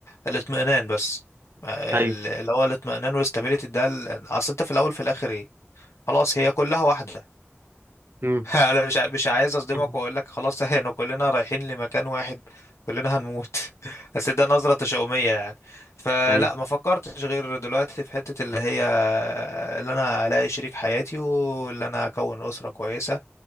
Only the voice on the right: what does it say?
ايوه
مم.
<laughs> مم.
ايوه